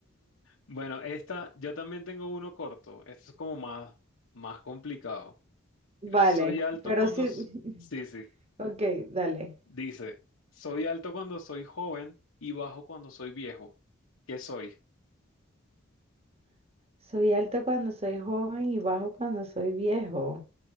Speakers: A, on the left; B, on the right.
A: Bueno, esta, yo también tengo uno corto. Esto es como más, más complicado.
B: Vale,
A: Mira, soy alto
B: pero
A: cuando...
B: sí.
A: s-
B: <laughs>
A: Sí, sí.
B: Ok, dale.
A: Dice, soy alto cuando soy joven y bajo cuando soy viejo. ¿Qué soy?
B: Soy alto cuando soy joven y bajo cuando soy viejo.